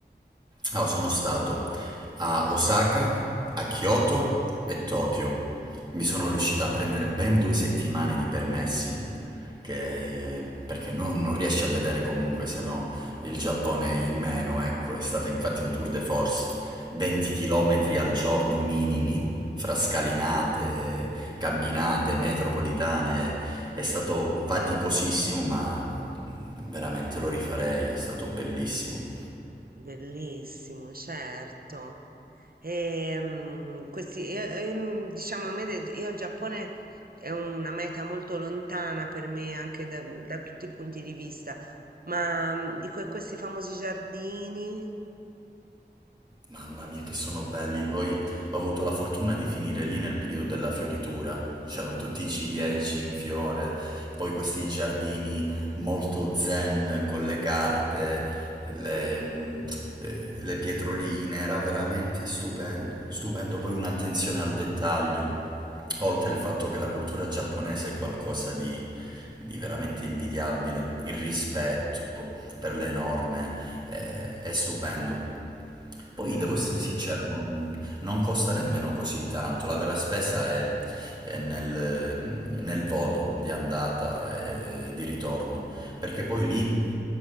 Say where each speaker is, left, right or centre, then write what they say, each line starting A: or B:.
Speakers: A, on the right; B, on the right.
A: Ah, sono stato a Osaka, a Kyoto e Tokyo. Mi
B: Mm.
A: sono riuscito a prendere ben due settimane di permessi, che- perché no- non riesci a vedere comunque se no il Giappone in meno, ecco, è stata infatti un tour de force, 20 km al giorno minimi, fra scalinate, camminate, metropolitane, è stato faticosissimo, ma veramente lo rifarei, è stato bellissimo.
B: Bellissimo, certo. Ehm, questi, e- ehm, diciamo, a me del- io il Giappone è una meta molto lontana per me anche da, da tutti i punti di vista, ma mm, dico, e questi famosi giardini?
A: Mamma mia, che sono belli. Poi ho avuto la fortuna di finire lì nel periodo della fioritura. C'erano tutti i ciliegi in fiore, poi questi giardini molto zen con le carpe, le, mm, eh, le pietroline. Era veramente stupendo, stupendo. Poi un'attenzione al dettaglio, oltre il fatto che la cultura giapponese è qualcosa di, di veramente invidiabile. Il rispetto per le norme eh, è stupendo. Poi
B: Mm,
A: devo essere sincero, non, non costa nemmeno così tanto. La vera spesa è, è nel, nel volo di andata e di ritorno, perché poi lì